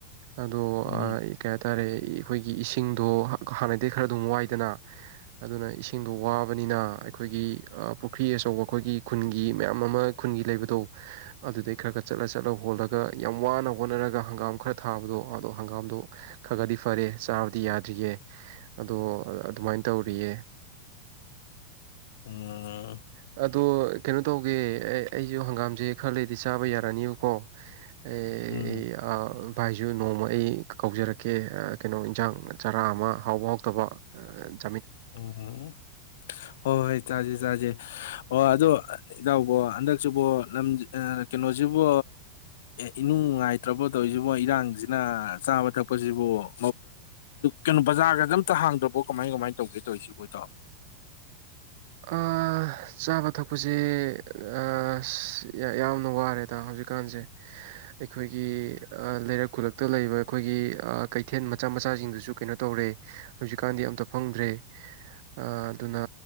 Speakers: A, on the right (about 50°); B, on the left (about 55°).
A: ꯑꯗꯣ
B: ꯎꯝ
A: ꯀꯩ ꯍꯥꯏꯇꯥꯔꯦ꯫ ꯑꯩꯈꯣꯏꯒꯤ ꯏꯁꯤꯡꯗꯣ ꯍꯥꯟꯅꯗꯤ ꯈꯔ ꯑꯗꯨꯝ ꯋꯥꯏꯗꯅ꯫ ꯑꯗꯨꯅ ꯏꯁꯤꯡꯗꯣ ꯋꯥꯕꯅꯤꯅ ꯑꯩꯈꯣꯏꯒꯤ ꯄꯨꯈ꯭ꯔꯤ ꯑꯆꯧꯕ ꯑꯩꯈꯣꯏꯒꯤ ꯈꯨꯟꯒꯤ ꯃꯌꯥꯝ ꯑꯃ ꯈꯨꯟꯒꯤ ꯂꯩꯕꯗꯣ ꯑꯗꯨꯗꯩ ꯈꯔ ꯈꯔ ꯆꯠꯂ ꯆꯠꯂ ꯍꯣꯜꯂꯒ ꯌꯥꯝ ꯋꯥꯅ ꯍꯣꯠꯅꯔꯒ ꯍꯪꯒꯥꯝ ꯈꯔ ꯊꯥꯕꯗꯣ ꯑꯗꯣ ꯍꯪꯒꯥꯝꯗꯣ ꯈꯒꯗꯤ ꯐꯔꯦ ꯆꯥꯕꯗꯤ ꯌꯥꯗ꯭ꯔꯤꯌꯦ ꯑꯗꯣ ꯑꯗꯨꯃꯥꯏꯅ ꯇꯧꯔꯤꯌꯦ꯫
B: ꯎꯝ꯫
A: ꯑꯗꯣ ꯀꯩꯅꯣ ꯇꯧꯒꯦ ꯑꯩ ꯑꯗꯣ ꯍꯪꯒꯥꯝꯁꯦ ꯈꯔ ꯂꯩꯗꯤ ꯆꯥꯕ ꯌꯥꯔꯛꯑꯅꯤꯕꯀꯣ ꯑꯦ
B: ꯎꯝ
A: ꯑꯩ ꯑꯥ ꯚꯥꯏꯁꯨꯨ ꯅꯣꯡꯃ ꯑꯩ ꯀꯧꯖꯔꯛꯀꯦ ꯀꯩꯅꯣ ꯏꯟꯖꯥꯡ ꯆꯔꯥ ꯑꯃ ꯍꯥꯎꯕ ꯍꯥꯎꯇꯕ ꯑ
B: ꯎꯝ ꯍꯣꯏ ꯍꯣꯏ ꯆꯥꯁꯦ ꯆꯥꯁꯦ ꯑꯣ ꯑꯗꯣ ꯏꯇꯥꯎ ꯀꯣ ꯍꯟꯗꯛꯁꯨ ꯀꯣ ꯂꯝ ꯀꯩꯅꯣꯁꯤꯕꯨ ꯏꯅꯨꯡ ꯅꯨꯉꯥꯏꯇ꯭ꯔꯕꯣ ꯇꯧꯔꯤꯁꯤꯕꯣ ꯏꯔꯥꯡꯁꯤꯅ ꯆꯥꯕ ꯊꯛꯄꯁꯤꯕꯨ ꯀꯩꯅꯣ ꯕꯖꯥꯔꯒꯖꯦ ꯑꯝꯇ ꯍꯥꯡꯗ꯭ꯔꯕꯣ ꯀꯃꯥꯏ ꯀꯃꯥꯏ ꯇꯧꯒꯦ ꯇꯧꯋꯤꯁꯦꯀꯣ ꯏꯇꯥꯎ꯫
A: ꯑꯥ ꯆꯥꯕ ꯊꯛꯄꯁꯤ ꯑꯥꯁ ꯌꯥ ꯌꯥꯝꯅ ꯋꯥꯔꯦꯗ ꯍꯧꯖꯤꯛꯀꯥꯟꯁꯦ ꯑꯩꯈꯣꯏꯒꯤ ꯑꯥ ꯂꯩꯔꯛ ꯈꯨꯂꯛꯇ ꯂꯩꯕ ꯑꯩꯈꯣꯏꯒꯤ ꯀꯩꯊꯦꯟ ꯃꯆꯥ ꯃꯆꯥꯁꯤꯡꯗꯨꯁꯨ ꯀꯩꯅꯣ ꯇꯧꯔꯦ ꯍꯧꯖꯤꯛꯀꯥꯟꯗꯤ ꯑꯝꯇ ꯐꯝꯗ꯭ꯔꯦ ꯁꯥ ꯑꯗꯨꯅ